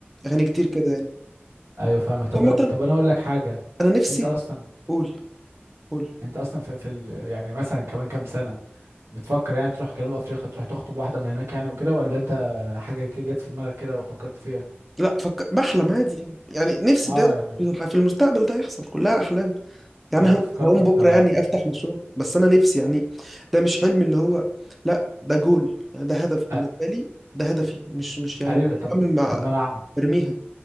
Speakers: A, in the centre; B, on the right.
A: اغاني كتير كده يعني
B: ايوه فاهمك طب
A: عامه
B: طب انا اقول لك حاجه
A: انا نفسي
B: انت اصلا
A: قول قول
B: انت اصلا في, في ال... يعني مثلا كمان كام سنه بتفكر يعني تروح جنوب افريقيا تروح تخطب واحده من هناك يعني وكده ولا انت حاجه كده جت في دماغك كده وفكرت فيها
A: لا فك... بحلم عادي يعني نفسي
B: اه
A: ده
B: يعني
A: في المستقبل ده يحصل كلها احلام يعني
B: لا
A: هقوم
B: انا افتكرت
A: هقوم
B: انت
A: بكره يعني افتح مشروع بس انا نفسي يعني ده مش حلم اللي هو لا ده جول يعني ده هدف بالنسبه
B: أ...
A: لي ده هدفي مش مش يعني
B: ايوه
A: مش
B: طب
A: هم
B: طب ما انا ع-
A: برميها